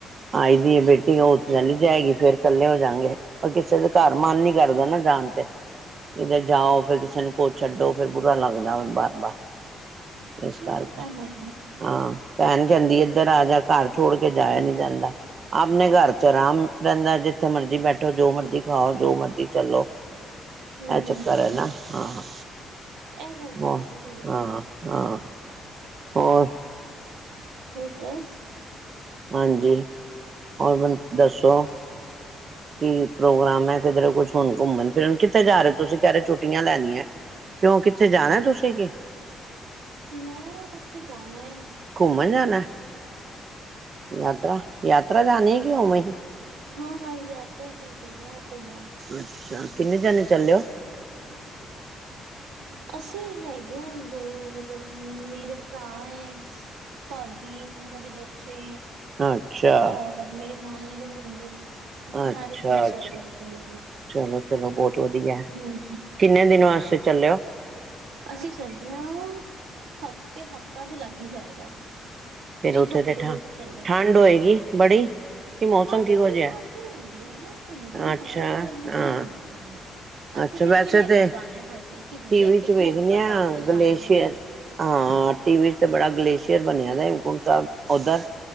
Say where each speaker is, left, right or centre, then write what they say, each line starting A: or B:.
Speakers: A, on the right (about 45°); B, on the right (about 85°).
A: ਆਈ ਦੀ ਏ ਬੇਟੀ ਔ ਚੱਲੀ ਜਾਏਗੀ ਫੇਰ ਕੱਲੇ ਹੋ ਜਾਂਗੇ ਪਰ ਕਿਸੇ ਦੇ ਘਰ ਮਨ ਨੀ ਕਰਦਾ ਨਾ ਜਾਣ ਤੇ ਕਿਦੇ ਜਾਓ ਫੇਰ ਕਿਸੇ ਨੂੰ ਕੋ ਛੱਡੋ ਫੇਰ ਬੁਰਾ ਲੱਗਦਾ ਵੇ ਬਾਰ ਬਾਰ। ਏਸ ਕਰਕੇ
B: ਹਾਂ ਇਹ ਤਾਂ ਹੈ
A: ਹਾਂ। ਭੈਣ ਕੈੰਦੀ ਏਧਰ ਆ ਜਾ ਘਰ ਛੋੜ ਕੇ ਜਾਯਾ ਨੀ ਜਾਂਦਾ ਆਪਣੇ ਘਰ ਚ ਆਰਾਮ ਰੈੰਦੈ ਜਿ ਜਿੱਥੇ ਮਰਜ਼ੀ ਬੈਠੋ, ਜੋ ਮਰਜ਼ੀ ਖਾਓ, ਜੋ ਮਰਜ਼ੀ ਚੱਲੋ।
B: ਹੂੰ
A: ਐ ਚੱਕਰ ਹੈ ਨਾ ਹਾਂ।
B: ਇਹ ਗੱਲ
A: ਵ
B: ਤੇ ਸਹੀ ਬੋਲੀ
A: ਹਾਂ
B: ਤੁਸੀਂ।
A: ਹਾਂ। ਹੋਰ?
B: ਹੋਰ ਬਸ।
A: ਹਾਂਜੀ। ਹੋਰ ਦੱਸੋ ਕੀ ਪ੍ਰੋਗਰਾਮ ਹੈ ਕਿਧਰੇ ਕੁਛ ਹੁਣ ਘੁੰਮਣ ਫਿਰਨ ਕਿੱਥੇ ਜਾ ਰਹੇ ਤੁਸੀਂ? ਕਹਿ ਰਹੇ ਛੁੱਟੀਆਂ ਲੈਨੀਆਂ, ਕਿਉਂ ਕਿੱਥੇ ਜਾਣਾ ਤੁਸੀਂ ਜੀ?
B: ਮੈਂ ਉੱਥੇ ਜਾਣਾ ਐ।
A: ਘੁੰਮਣ ਜਾਣਾ? ਯਾਤਰਾ? ਯਾਤਰਾ ਜਾਨੀ ਕਿ ਉਂਵੇ ਹੀ?
B: ਹਾਂ ਹਾਂ ਯਾਤਰਾ ਤੇ ਚੱਲੇ ਆਂ ਘੁੰਮਣ।
A: ਅੱਛਾ ਕਿੰਨੇ ਜਣੇ ਚਲੇ ਓ?
B: ਅਸੀਂ ਹੈਗੇ ਆ ਦੋ ਮਤਲਬ ਮੇਰੇ ਭਰਾ ਐ, ਭਾਬੀ, ਉਹਨਾਂ ਦੇ ਬੱਚੇ।
A: ਅੱਛਾ
B: ਹੋਰ ਮੇਰੇ ਮਾਮੇ <unintelligible>
A: ਅੱਛਾ
B: ਸਾਰੇ ਜਣੇ ਚੱਲਦੇ
A: ਅੱਛਾ
B: ਹਾਂ ਘੁੰਮਣ
A: ਚਲੋ ਚਲੋ ਬਹੁਤ ਵਧੀਆ।
B: ਹਮ
A: ਕਿੰਨੇ ਦਿਨ ਵਾਸਤੇ ਚੱਲਿਓ
B: ਅਸੀਂ ਚਲੀਆਂ ਹਫ਼ਤੇ, ਹਫ਼ਤਾ ਵੀ ਲੱਗ ਈ ਜਾਏਗਾ।
A: ਫ਼ੇਰ ਉੱਥੇ
B: ਇੱਕ ਹਫ਼ਤੇ
A: ਤੇ ਠੰ,
B: ਲਈ ਤਾਂ ਚੱਲੇ
A: ਠੰਡ
B: ਆ
A: ਹੋਏਗੀ ਬੜੀ? ਕਿ ਮੌਸਮ
B: ਹਾਂ
A: ਕਿਹੋ
B: ਇਹਨੀ
A: ਜਿਹਾ
B: ਠੰਡ ਨੀ ਹੁੰਦੀ ਐ, ਹੁੰਦੀ
A: ਅੱਛਾ
B: ਐ, ਪਰ ਏਨੀ
A: ਹਾਂ
B: ਨੀ ਹੁੰਦੀ ਠੰਡ। ਅਸੀਂ
A: ਅੱਛਾ
B: ਤੇ
A: ਵੈਸੇ
B: ਉਹੀ ਲੈ ਕੇ
A: ਤੇ
B: ਜਾਣੇ ਆ ਬਸ, ਇੱਕ ਇੱਕ
A: ਟੀਵੀ
B: ਜੈਕਟ
A: ਚ ਵੇਖਦੇ
B: ਜੋਂ ਉੱਪਰ
A: ਆ
B: ਪਾ ਕੇ ਜਾਣੀ
A: ਗਲੇਸ਼ੀਅਰ
B: ਏ ਨਾ
A: ਹਾਂ ਟੀ ਵੀ ਤੇ ਬੜਾ ਗਲੇਸ਼ੀਅਰ ਬਣਿਆ ਗਾ ਹੇਮਕੁੰਟ ਸਾਹਿਬ। ਓਧਰ